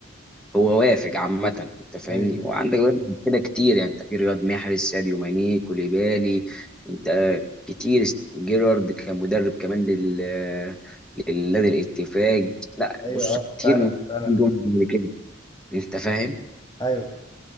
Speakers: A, in the centre; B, on the left.
A: هو وافق عامة انت فاهمني
B: ايوه ايوه
A: وعندك بقى كده كتير يعني انت في رياض محرز ساديو ماني كوليبالي انت آه، كتير جيرارد كان مدرب كمان لل للنادي الاتفاق لا
B: ايوه
A: بص
B: اه
A: كتير
B: فعلا
A: من
B: فعلا
A: جمهور كده انت فاهم
B: ايوه